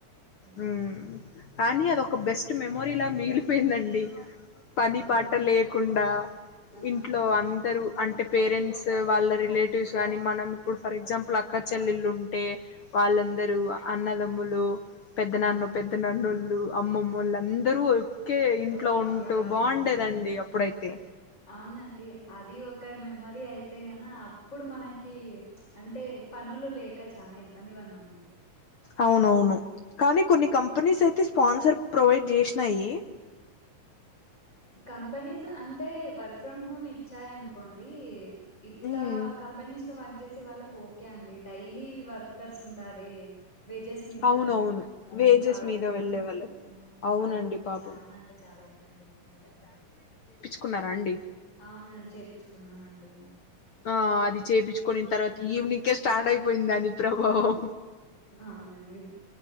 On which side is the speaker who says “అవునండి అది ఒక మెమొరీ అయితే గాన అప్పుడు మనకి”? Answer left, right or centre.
Left